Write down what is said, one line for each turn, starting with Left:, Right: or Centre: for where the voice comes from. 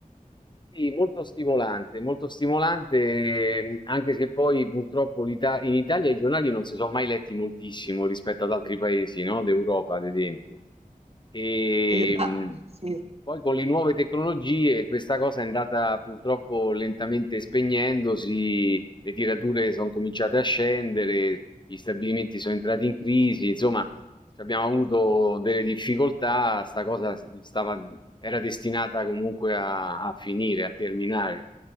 Left: Sì, molto stimolante, molto stimolante, ehm, anche se poi purtroppo l'Ita- in Italia i giornali non si sono mai letti moltissimo rispetto ad altri paesi, no? D'Europa, ad esempio. E
Right: Eh, ma-
Left: mh,
Right: sì.
Left: poi con le nuove tecnologie questa cosa è andata purtroppo lentamente spegnendosi, le tirature sono cominciate a scendere, gli stabilimenti sono entrati in crisi, insomma, Cioè, abbiamo avuto delle difficoltà, sta cosa stava, era destinata comunque a, a finire, a terminare.